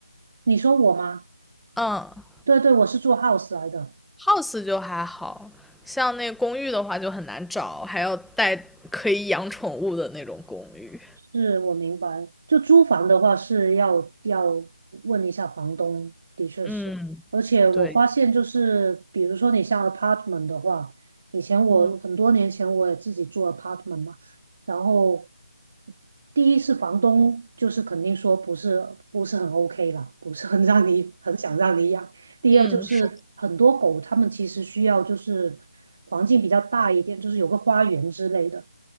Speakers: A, on the right; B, in the centre.
A: 你说我吗？
B: 嗯，
A: 对对，我是做 house 来的，
B: house 就还好像那公寓的话就很难找，还要带可以养宠物的那种公寓。
A: 是我明白。就租房的话是要要问一下房东，的确是。
B: 嗯，
A: 而且我发现就是，
B: 对，
A: 比如说你像 apartment 的话，以前我很多年前我也自己住
B: 嗯
A: apartment 嘛，然后第一是房东就是肯定说不是不是很 OK 啦，不是很让你很想让你养。第二就是很多狗，
B: 嗯，是的，
A: 它们其实需要就是环境比较大一点，就是有个花园之类的